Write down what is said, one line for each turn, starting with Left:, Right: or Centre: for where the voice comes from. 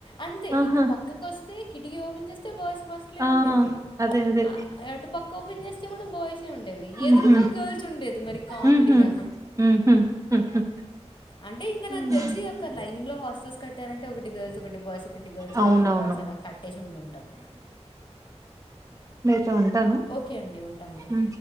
Left: అంతే
Right: ఆహా
Left: ఇటు పక్కకు వస్తే కిటికీ ఓపెన్ చేస్తే బాయ్స్ హోస్టల్ ఏ
Right: ఆ
Left: ఉండేది
Right: అదే అదే
Left: ఆ అటు పక్క ఓపెన్ చేస్ ఉండేది ఎదురుగా
Right: ఉహు
Left: గర్ల్స్ ఉండేది మరి కామెడీగా
Right: ఉహు ఉహు ఉహు
Left: అంటే ఇంకా
Right: ఉమ్,
Left: నాకు తెలిసి ఒక లైన్ లో హాస్టల్స్ కట్టారంటే ఒకటి గర్ల్స్ ఒకటి బాయ్స్ ఒకటి గర్ల్స్
Right: అవునవును
Left: ఒకటి బాయ్స్ అలా కట్టేసి ఉండు ఉంటారు
Right: సొంతన
Left: ఓకే అండి ఉంటా అండి
Right: ఉ